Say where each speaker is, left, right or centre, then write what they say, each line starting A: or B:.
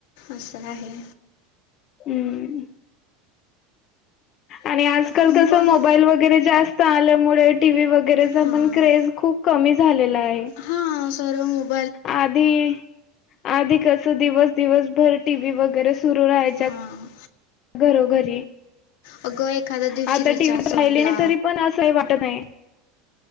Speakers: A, on the left; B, on the left.
A: असं आहे.
B: हम् आणि आजकाल
A: म,
B: कस
A: पण
B: मोबाईल वगैरे जास्त आल्यामुळे टी व्ही वगैरेचा
A: हां
B: पण क्रेज खूप कमी झालेला आहे.
A: हा सर्व मोबाईल
B: आधी कस दिवस दिवसभर टीव्ही वगैरे सुरू राहायच्या
A: हां
B: घरोघरी.
A: अगं एखाद्या दिवशी
B: आता
A: रिचार्ज
B: टीव्ही
A: संपला.
B: राहिली नाही तरी पण असंही वाटत नाही.